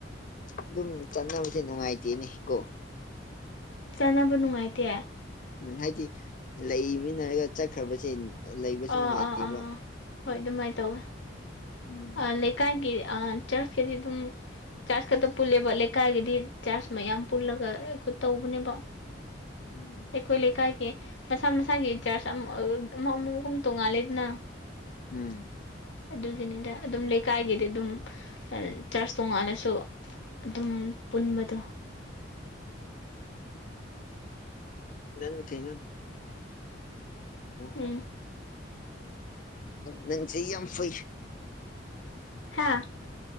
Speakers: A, on the left; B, on the left.
A: ꯑꯗꯨꯝ ꯆꯠꯅꯕꯁꯦ ꯅꯨꯡꯉꯥꯏꯇꯦꯅꯦ ꯀꯣ
B: ꯆꯥꯟꯅꯕ ꯅꯨꯡꯉꯥꯏꯇꯦ
A: ꯎꯝ ꯍꯥꯏꯗꯤ ꯂꯩꯃꯤꯟꯅꯔꯒ ꯆꯠꯈ꯭ꯔꯕꯁꯦ ꯂꯩꯕꯁꯨ
B: ꯑꯥ
A: ꯅꯨꯡꯉꯥꯏꯇꯦꯕ
B: ꯑꯥ ꯑꯥ ꯑꯥ ꯍꯣꯏ ꯑꯗꯨꯃꯥꯏꯅ ꯇꯧꯋꯦ
A: ꯎꯝ
B: ꯀꯒꯤ ꯆꯥꯔꯖꯀꯤꯗꯤ ꯑꯗꯨꯝ ꯆꯥꯔꯖ ꯈꯛꯇ ꯄꯨꯜꯂꯦꯕ ꯂꯩꯀꯥꯏꯒꯤꯗꯤ ꯆꯥꯔꯖ ꯃꯌꯥꯝ ꯄꯨꯜꯂꯒ ꯑꯈ ꯇꯧꯕꯅꯦꯕ
A: ꯎꯝ
B: ꯑꯩꯈꯣꯏ ꯂꯩꯀꯥꯏꯒꯤ ꯃꯁꯥ ꯃꯁꯥꯒꯤ ꯆꯔꯁ ꯑꯃ ꯑꯃꯒꯨꯝ ꯇꯣꯡꯉꯥꯂꯦꯗꯅ
A: ꯎꯝ
B: ꯑꯗꯨꯒꯤꯅꯤꯗ ꯑꯗꯨꯝ ꯂꯩꯀꯥꯏꯒꯤꯗꯤ ꯑꯗꯨꯝ ꯆꯔꯁ ꯇꯣꯡꯉꯥꯟꯜꯂꯁꯨ ꯑꯗꯨꯝ ꯄꯨꯟꯕꯗꯣ
A: ꯅꯪ ꯊꯩꯅꯣ ꯑꯣ
B: ꯎꯝ
A: ꯅꯪꯁꯦ ꯌꯥꯝ ꯐꯩ
B: ꯍꯥꯥ